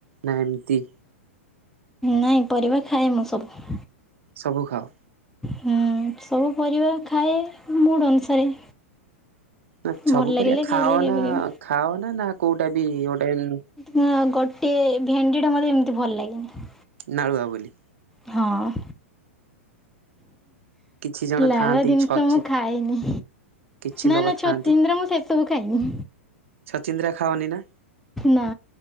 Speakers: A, on the right (about 65°); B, in the centre.
A: ନା ଏମତି
B: ନାଇଁ ପରିବା ଖାଏ ମୁଁ ସବୁ।
A: ସବୁ ଖାଅ?
B: ହୁଁ ସବୁ ପରିବା ଖାଏ ମୁଡ୍ ଅନୁସାରେ।
A: ନା ଛବୁ
B: ଭଲ ଲାଗିଲେ
A: ପରିଆ ଖାଅ
B: ଖାଇଲେ କେବେ
A: ନା
B: କେବେ
A: ଖାଅ ନା ନା କୋଉଟା ବି ଗୋଟେନ୍
B: ହଁ ଗୋଟେ ଭେଣ୍ଡିଟା ମତେ ଏମତି ଭଲ ଲାଗେନି।
A: ନାଳୁଆ ବୋଲି।
B: ହଁ।
A: କିଛି ଜଣ
B: ଲାଳୁଆ
A: ଥାଆନ୍ତି
B: ଦିନିଷ
A: ଛଚି
B: ମୁଁ ଖାଏନି।
A: କିଛି
B: ନା
A: ଲୋକ
B: ନା
A: ଥାଆନ୍ତି
B: ଛଚିନ୍ଦ୍ରା ମୁଁ ସେସବୁ ଖାଏନି।
A: ଛଚିନ୍ଦ୍ରା ଖାଅନି ନା?
B: ନା